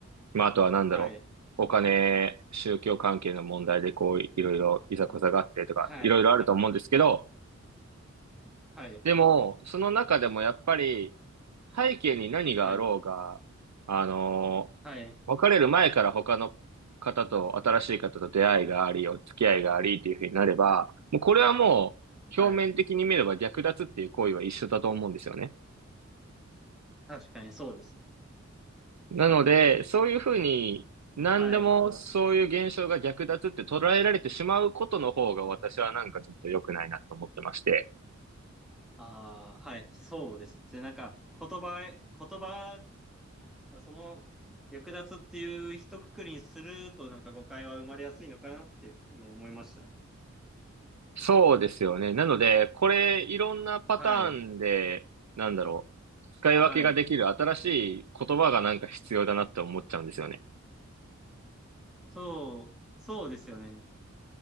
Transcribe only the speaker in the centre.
はい、
はい、
はい、
はい、はい、
はい、
はい。
確かにそうですね。
はい。ああ、はい、そうですね。なんか、言葉、言葉、その、略奪っていう一括りにすると、なんか誤解は生まれやすいのかなって今思いましたね。
はい、
はい。そう、そうですよね。